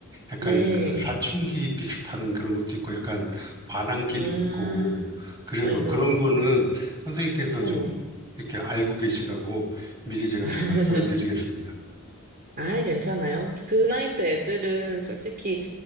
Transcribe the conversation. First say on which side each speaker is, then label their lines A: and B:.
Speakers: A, on the right; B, on the right.
A: 약간
B: 네.
A: 그 사춘기 비슷한 그런 것도 있고 약간 반항기도
B: 아,
A: 있고 그래서
B: 아이고.
A: 그런 거는 선생님께서
B: 네네.
A: 좀 이렇게 알고 계시라고 미리 제가
B: <laughs>
A: 좀 말씀을 드리겠습니다.
B: 아이, 괜찮아요. 그 나이 때 애들은 솔직히